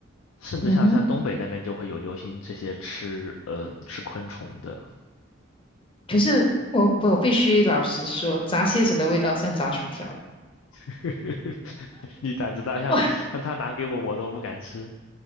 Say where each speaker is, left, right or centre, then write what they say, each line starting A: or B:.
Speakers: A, on the left (about 80°); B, on the left (about 25°).
A: 甚至像像东北那边就会有流行这些吃嗯吃昆虫的。
B: 嗯哼，可是我我必须老实说，炸蝎子的味道像炸薯条。
A: <laughs> 你胆子大，像像他拿给我我都不敢吃。
B: <laughs>